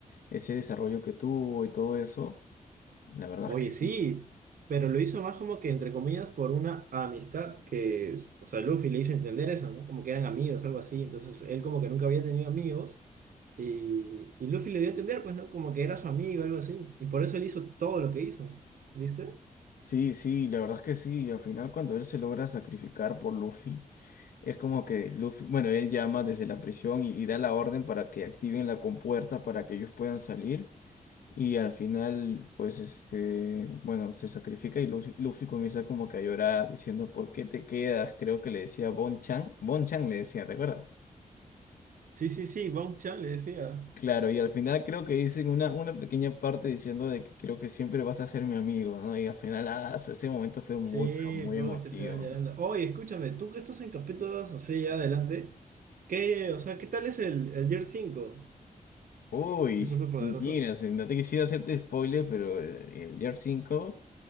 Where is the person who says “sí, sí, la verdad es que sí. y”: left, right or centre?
Left